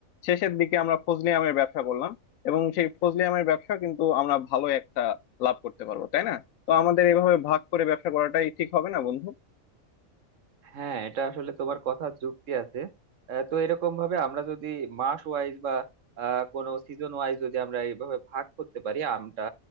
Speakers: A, on the left (about 80°); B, on the right (about 70°).
A: শেষের দিকে আমরা ফজলি আমের ব্যবসা করলাম এবং সেই ফজলি আমের ব্যবসা কিন্তু আমরা ভালো একটা লাভ করতে পারবো তাই না তো আমাদের এভাবে ভাগ করে ব্যবসা করাটাই ঠিক হবে না বন্ধু
B: হ্যাঁ এটা আসলে তোমার কথা যুক্তি আছে আহ, তো এরকম ভাবে আমরা যদি মাস ওয়াইজ বা আহ, কোনো সিজন ওয়াইজ যদি আমরা এইভাবে ভাগ করতে পারি আমটা